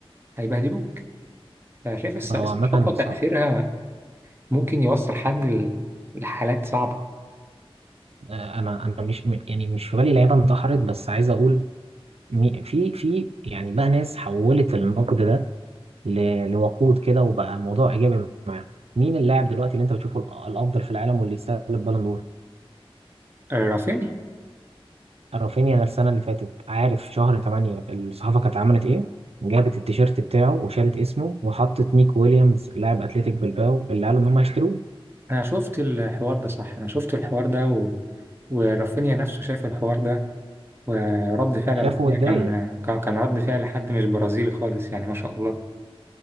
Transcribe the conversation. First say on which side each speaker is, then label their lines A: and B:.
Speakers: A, on the right; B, on the right.
A: هيبهدلوك فشايف الص-
B: هو
A: الصحافة
B: عامة
A: تأثيرها
B: صعب
A: ممكن يوصل حد ل- لحالات صعبة
B: آه، انا انا مش م- يعني مش في بالي لعيبه انتحرت بس عايز اقول مي- في في يعني بقى ناس حولت النقد ده ل- لوقود كده وبقى موضوع ايجابي معاهم مين اللاعب دلوقتي اللي انت بتشوفه الأ- الافضل في العالم واللي يستاهل البالون دور
A: رافينيا
B: رافينيا ده السنه اللي فاتت عارف شهر 8 الصحافه كانت عملت ايه جابت التيشيرت بتاعه وشالت اسمه وحطت نيك ويليامز لاعب اتلتيك بلباو اللي قالوا ان هم هيشتروه
A: انا شفت الحوار ده صح انا شفت الحوار ده و... ورافينيا نفسه شاف الحوار ده ورد فعل
B: شافوا
A: رافينيا
B: واتضايق
A: كان كان كان رد فعل حد مش برازيلي خالص يعني ما شاء الله